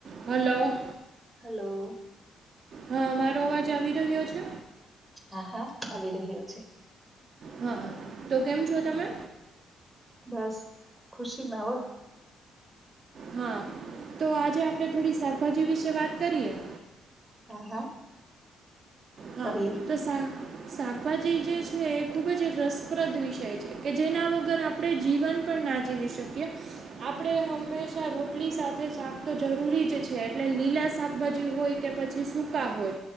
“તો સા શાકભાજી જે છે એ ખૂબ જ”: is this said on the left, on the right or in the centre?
Right